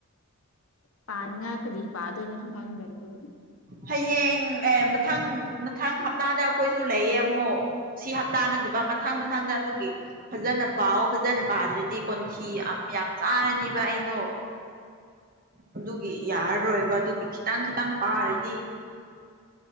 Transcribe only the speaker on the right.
ꯍꯌꯦꯡ ꯑꯦ ꯃꯊꯪ ꯃꯊꯪ ꯍꯞꯇꯥꯗ ꯑꯩꯈꯣꯏꯁꯨ ꯂꯩꯌꯦ ꯑꯃꯨꯛ ꯁꯤ ꯍꯞꯇꯥ ꯅꯠꯇꯕ ꯃꯊꯪ ꯃꯊꯪꯗ ꯑꯗꯨꯒꯤ ꯐꯖꯅ ꯄꯥꯎ ꯐꯖꯅ ꯄꯥꯗ꯭ꯔꯗꯤ ꯀꯣꯟꯊꯤ ꯌꯥꯝ ꯌꯥꯝ ꯆꯥꯔꯅꯦꯕ ꯑꯩꯗꯣ ꯑꯗꯨꯒꯤ ꯌꯥꯔꯔꯣꯏꯕ ꯑꯗꯨꯒꯤ ꯈꯤꯇꯪ ꯈꯤꯇꯪ ꯄꯥꯔꯗꯤ